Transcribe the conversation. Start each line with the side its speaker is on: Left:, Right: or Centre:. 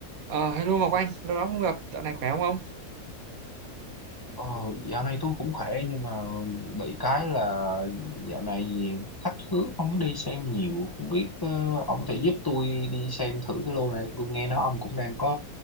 Right: Ờ, hello Ngọc Anh, lâu lắm không gặp, dạo này khỏe không ông?
Left: Ờ, dạo này tôi cũng khỏe nhưng mà bị cái là dạo này khách hứa không đi xem nhiều không biết ờ, ông thể giúp tôi đi xem thử cái lô này tôi nghe nói ông cũng đang có